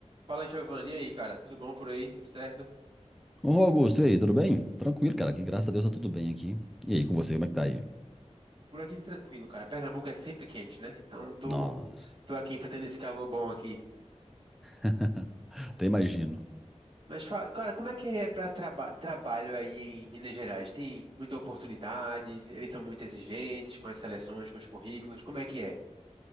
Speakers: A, on the right; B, in the centre.
A: Fala, Giovanni, e aí, cara? Tudo bom por aí? Tudo certo?
B: Ô, Augusto, e aí, tudo bem? Tranquilo, cara, que graças a Deus tá tudo bem aqui. E aí, com você, como é que tá aí?
A: Por aqui tá tranquilo, cara. Pernambuco é sempre quente, né? Então tô,
B: Nossa,
A: tô aqui enfrentando esse calor bom aqui.
B: <laughs> até imagino.
A: Mas fala, cara, como é que é pra traba trabalho aí em Minas Gerais? Tem muita oportunidade? Eles são muito exigentes com as seleções, com os currículos? Como é que é?